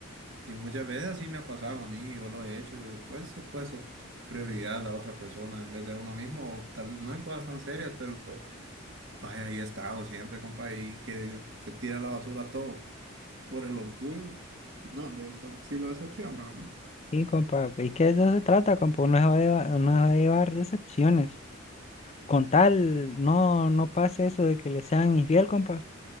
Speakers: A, on the right (about 60°); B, on the left (about 30°).
A: Y muchas veces así me ha pasado a mí, yo lo he hecho, yo pues he puesto prioridad a la otra persona en vez de a uno mismo, o tal, no en cosas tan serias, pero Vaya, ahí he estado siempre, compa, y que se tira a la basura todo por el orgullo. No, hombre, eso sí lo decepciona. a uno.
B: Sí, compa, es que de eso se trata, compa, uno se va a llevar, no se va a llevar decepciones. Con tal, no, no pase eso de que le sean infiel, compa.